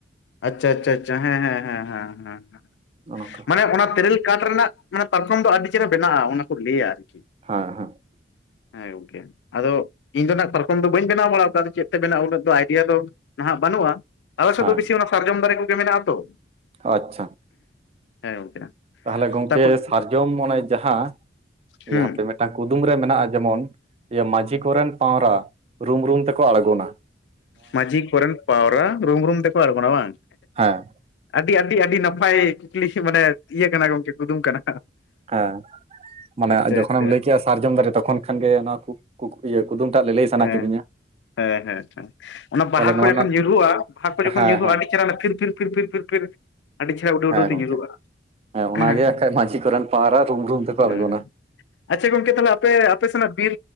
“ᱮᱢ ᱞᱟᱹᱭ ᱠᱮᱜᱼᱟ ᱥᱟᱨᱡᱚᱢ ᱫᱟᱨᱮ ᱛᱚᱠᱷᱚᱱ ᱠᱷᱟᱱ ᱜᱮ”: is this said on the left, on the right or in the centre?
Right